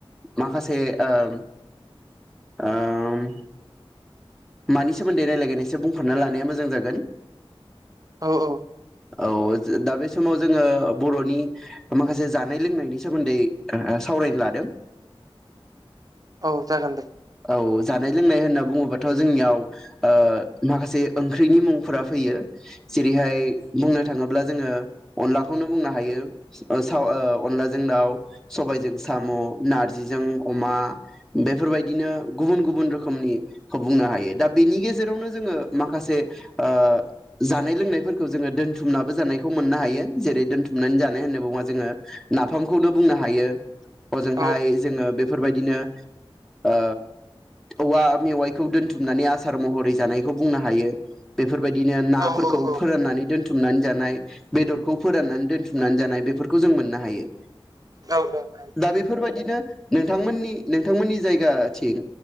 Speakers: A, in the centre; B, on the right.
A: माखासे ओम ओम मानि सोमोन्दै रायलायगोन एसे बुंफोरना लानाया मोजां जागोन।
B: औ औ।
A: औ जो दा बे समाव जोङो बर'नि माखासे जानाय लोंनायनि सोमोन्दै सावरायनो लादों।
B: औ जागोन दे।
A: औ जानाय लोंनाय होनना बुङोबाथ' जोंनियाव ओ माखासे ओंख्रिनि मुंफोरा फैयो। जेरैहाय बुंनो थाङोब्ला जोङो अनलाखौनो बुंनो हायो सा अनलाजों दाउ सबायजों साम' नारजिजों अमा बेफोरबाय दिनो गुबुन गुबुन रोखोमनिखौ बुंनो हायो। दा बेनि गेजेरावनो जोङो माखासे आ जानाय लोंनायफोरखौ जोङो दोनथुमनाबो जानायखौ मोननो हायो। जेरै दोनथुमनानै जानाय होननानै बुंबा जोङो नाफामखौनो बुंनो हायो। हजोंहाय
B: औ
A: जोङो बे बेफोरबायदिनो ओ औवा मेवाइखौ दोनथुमनानै आसार महरै जानायखौ बुंनो हायो। बे फोरबायदिनो नाफोरखौ
B: औ औ औ
A: फोराननानै दोनथु थुमनानै जानाय, बेदरखौ फोराननानै दोनथुमनानै जानाय, बेफोरखौ जों मोननो हायो।
B: औ औ हायो।
A: दा बेफोरबायदिनो नोंथांमोननि नोंथांमोननि जायगाथिं